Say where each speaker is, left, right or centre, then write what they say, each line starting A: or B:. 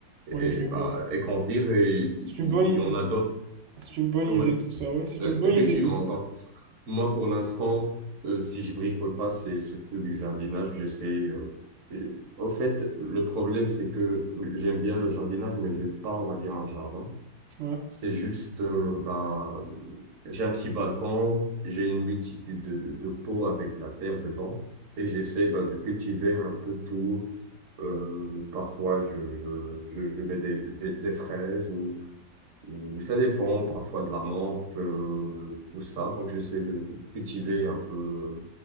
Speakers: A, on the right; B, on the right.
A: ouais,
B: et,
A: je vois.
B: bah, et grandir, et il
A: C'est
B: il-
A: une bonne,
B: il
A: i-
B: y, en a d'autres.
A: c'est une bonne
B: ouais.
A: idée tout ça, ouais. C'est
B: Euh,
A: une bonne
B: Effectivement,
A: idée tout ça.
B: donc moi pour l'instant, euh, si je bricole pas, c'est surtout du jardinage. J'essaie. euh, et- Au fait, le problème c'est que j'aime bien le jardinage, mais j'ai pas, on va dire, un jardin.
A: Ouais,
B: C'est juste, euh, bah, j'ai un petit balcon, j'ai une multitude de, de, de pots avec la terre dedans, et j'essaie bah, de cultiver un peu tout. Euh, parfois, je, je, je, je mets des, des, des fraises euh, Ça dépend parfois de la menthe, euh, tout ça. Donc j'essaie de de cultiver un peu,